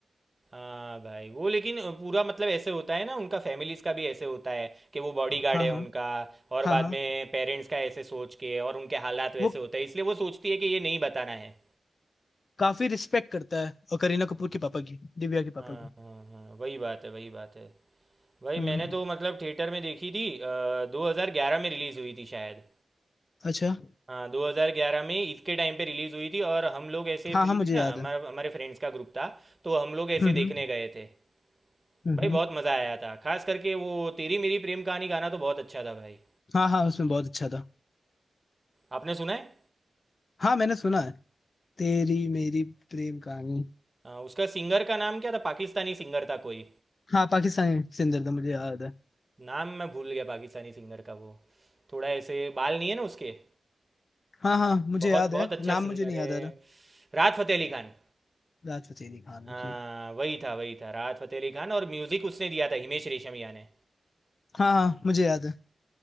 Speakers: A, on the right (about 20°); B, on the left (about 50°).
A: हाँ भाई वो लेकिन पूरा मतलब ऐसे होता है ना उनका फैमिलीज का भी ऐसे होता है कि वो बॉडीगार्ड
B: हाँ
A: है
B: हाँ
A: उनका और
B: हाँ
A: बाद
B: हाँ
A: में पेरेंट्स का ऐसे सोच के और उनके हालात वैसे
B: वो
A: होते हैं इसलिए वो सोचती है कि ये नहीं बताना है
B: काफी रिस्पेक्ट करता है और करीना कपूर के पापा की दिव्या के पापा
A: हाँ
B: की
A: हाँ हाँ वही बात है वही बात है भाई
B: हम्म
A: मैंने तो मतलब थिएटर में देखी थी अ, 2011 में रिलीज़ हुई थी शायद
B: अच्छा
A: हाँ 2011 में ईद के टाइम पे रिलीज हुई थी और हम लोग ऐसे
B: हाँ
A: फ्री
B: हाँ मुझे
A: थे ना
B: याद
A: हमारा
B: है
A: हमारे फ्रेंड्स का ग्रुप था तो हम लोग ऐसे
B: हम्म
A: देखने
B: हम्म
A: गए थे
B: हम्म
A: भाई बहुत मज़ा आया था खास करके वो तेरी मेरी प्रेम कहानी गाना तो बहुत अच्छा था भाई
B: हाँ हाँ उसमें बहुत अच्छा था
A: आपने सुना है
B: हाँ मैंने सुना है तेरी मेरी प्रेम कहानी
A: हाँ, उसका सिंगर का नाम क्या था पाकिस्तानी सिंगर था कोई
B: हाँ पाकिस्तानी सिंदर था मुझे याद है
A: नाम मैं भूल गया पाकिस्तानी सिंगर का वो थोड़ा ऐसे बाल नहीं है ना उसके
B: हाँ हाँ मुझे
A: बहुत
B: याद
A: बहुत
B: है
A: अच्छा
B: नाम
A: सिंगर
B: मुझे नहीं
A: है
B: याद आ रहा
A: राहत फ़तेह अली खान
B: राहत फतेह अली खान
A: हाँ
B: ओके
A: वही था वही था राहत फ़तेह अली खान और म्यूज़िक उसने दिया था हिमेश रेशमिया ने
B: हाँ हाँ मुझे याद है